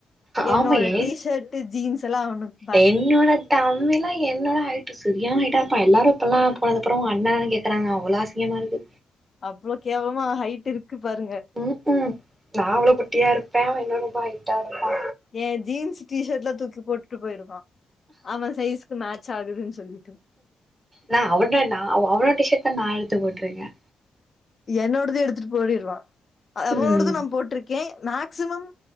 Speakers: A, on the left; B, on the right.
A: என்னோட
B: ஆமா ஏ
A: டீ ஷர்ட் ஜீன்ஸ் எல்லா அவனுக்
B: என்னோட தம்பிலா என்னோட ஹைட்டு சரியான ஹைட்டா இருப்பா எல்லாரு இப்போல்லா போனது அப்பற அண்ணானா கேக்கறாங்க அவ்ளோ அசிங்கமா இருக்கு
A: அவ்ளோ கேவலமா ஹைட் இருக்கு பாருங்க
B: ம்க்கு நா அவ்ளோ குட்டியா இருப்ப அவ இன்னு ரொம்ப ஹைட்டா இருப்பா
A: ஏ ஜீன்ஸ் டீ ஷர்ட்லா தூக்கி போட்டுட்டு போயிருவா அவன் சைஸ்க்கு மேட்ச் ஆகுதுன் சொல்ட்டு
B: நா அவனோ நா அவனோட டி ஷர்ட் தா நா எடுத்து போட்ருக்க
A: என்னோடத எடுத்துட்டு போடிருவா அவனோடத
B: ம்
A: நா போட்ருக் கே மேக்சிமம்